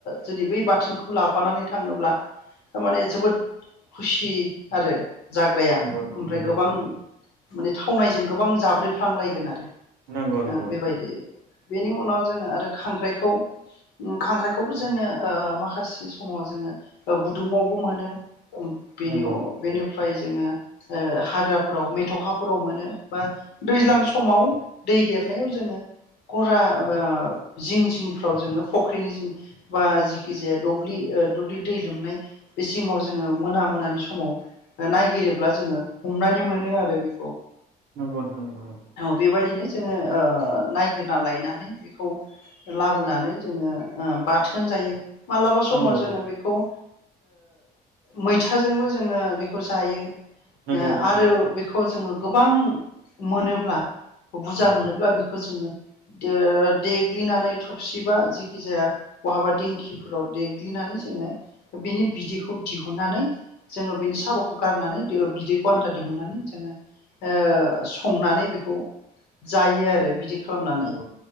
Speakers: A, on the left (about 80°); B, on the right (about 75°).
A: जुदि बै बाथोनखौ लाफानानै थाङोब्ला थारमाने जोबोद खुसि आरो। जाग्राया
B: नंगौ नंगौ
A: ओमफ्राय गोबां
B: नोंथां
A: माने थावनायजों गोबां जाब्रेफ्लांलायगोन आरो।
B: नंगौ नोंथां
A: बेबायदि बेनि उनाव जोङो आरो खांख्राइखौ उम खांख्रायखौबो जोङो ओ माखासे समाव जोङो गुदुङावबो मोनो। बेनि
B: नंगौ नंगौ नोंथां नंगौ नोंथां
A: अ
B: औ नंगौ नोंथां
A: बेनिफ्राय जोङो ओ हाग्राफोराव मेथ' खाफोराव मोनो। बा दैज्लां समाव दै देरनायाव जोङो गरा बा जिं जिंफ्राव जोङो फख्रिनि जिं बा जिखि जाया दब्लि ओ दुब्लि दै लोमनाय बे जिङाव जोङो मोना मोनानि समाव ओ नायगिरोब्ला जोङो हमनानै मोनो आरो बि
B: नोंगौ नोंथां नोंगौ नोंगौ।
A: बेबायदिनो जोङो ओ नायगिरना लायनानै बेखौ लाबोनानै जोङो ओ बाथोन जायो । मालाबा समाव
B: नंगौ
A: जोङो
B: नोंथां
A: बेखौ ओ मैथाजोंबो जोङो बेखौ जायो ।
B: नंगौ
A: ओ
B: नंगौ
A: आरो
B: नंगौ नोंथां नंगौ
A: बेखौ जोङो गोबां मोनोब्ला बुजा
B: औ
A: मोनोब्ला बेखौ जोङो दो देग्लिनानै थोबसिबा जेखि जाया बहाबा दिंखिफोराव देग्लिनानै जोङो बेनि बिदैखौ दिहुननानै जोङो बेनि साबाखौ गारनानै दो बिदैखौ आन्था दिहुननानै जोङो ओ संनानै बेखौ जायो आरो बिदि खालामनानै
B: नंगौ